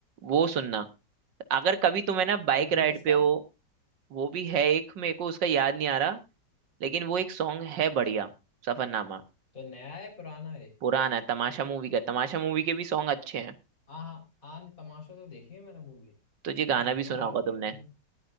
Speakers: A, on the right; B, on the left.
A: वो सुनना अगर कभी तुम्हें ना बाइक
B: वो वो
A: राइड
B: किसका
A: पे हो
B: है
A: वो भी है एक मेरे को उसका याद नहीं आ रहा लेकिन वो एक सॉन्ग है
B: अच्छा
A: बढ़िया सफरनामा
B: तो नया है पुराना है
A: पुराना है तमाशा मूवी का तमाशा मूवी के भी सॉन्ग अच्छे हैं
B: हाँ हाँ आन तमाशा तो देखी है मैंने मूवी
A: तो ये गाना
B: गाना
A: भी सुना
B: याद
A: होगा
B: नहीं
A: तुमने
B: है मुझे